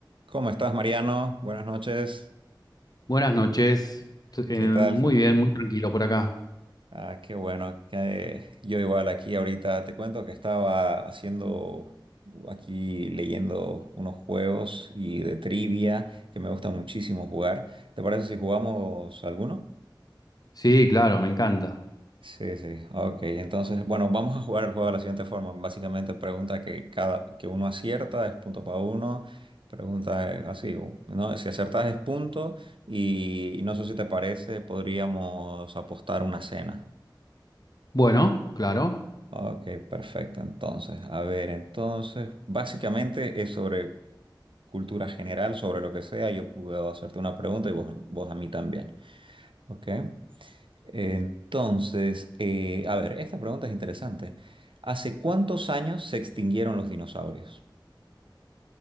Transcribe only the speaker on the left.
Buenas noches. T- eh,
muy bien, muy tranquilo por acá.
Sí, claro, me encanta.
Bueno, claro.